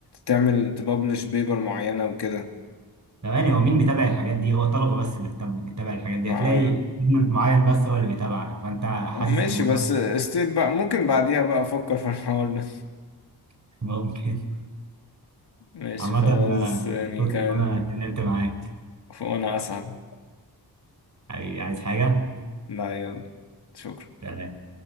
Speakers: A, on the left; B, on the right.
A: تعمل تببلش بيبر معينة وكده
B: يعني هو مين بيتابع الحاجات دي هو الطلبه بس اللي بتاب- بتتابع الحاجات دي
A: مع
B: هتلاقي سيجمنت معين بس هو اللي بيتابعك فانت حاسس
A: ماشي
B: الموضوع
A: بس استيت بقى ممكن بعديها بقى افكر في الحوار ده
B: <laughs> ممكن
A: <laughs> ماشي
B: عامه
A: خلاص
B: آه،
A: يعني
B: مبسوط
A: كان
B: ان انا اتكلمت معاك
A: وانا اسعد
B: حبيبي عايز حاجه
A: لا يلا شكرا
B: سلام.